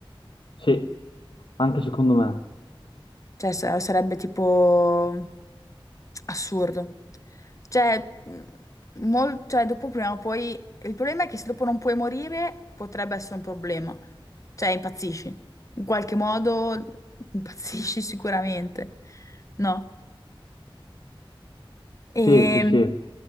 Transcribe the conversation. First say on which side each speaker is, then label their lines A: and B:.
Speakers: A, on the left; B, on the left.
A: Sì, anche secondo me.
B: Cioè, sa- sarebbe tipo assurdo. Cioè, mh, mol- cioè, dopo prima o poi... Il problema è che se dopo non puoi morire, potrebbe essere un problema. Cioè, impazzisci. In qualche modo mm, impazzisci <laughs> sicuramente. No? E,
A: Sì, sì, sì,